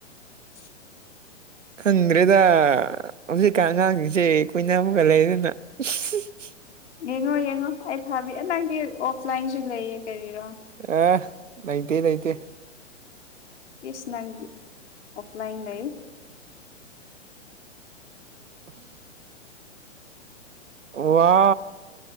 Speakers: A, on the left; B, on the right.
A: <unintelligible>
B: ꯈꯪꯗ꯭ꯔꯦꯗ ꯍꯧꯖꯤꯛꯀ ꯑꯉꯥꯡꯁꯤꯡꯁꯦ ꯀꯨꯏꯅ ꯑꯃꯒ ꯂꯩꯗꯅ <unintelligible>
A: ꯌꯦꯡꯉꯣ ꯌꯦꯡꯉꯣ ꯑꯩ ꯊꯥꯕꯤ ꯅꯪꯗꯤ ꯑꯣꯐꯂꯥꯏꯟꯁꯨ ꯂꯩꯌꯦ ꯀꯔꯤꯔꯣ
B: ꯑ ꯂꯩꯇ ꯂꯩꯇꯦ
A: ꯄꯁ ꯅꯪ ꯑꯣꯐꯂꯥꯏꯟ ꯂꯩ
B: ꯎꯝ ꯋꯥ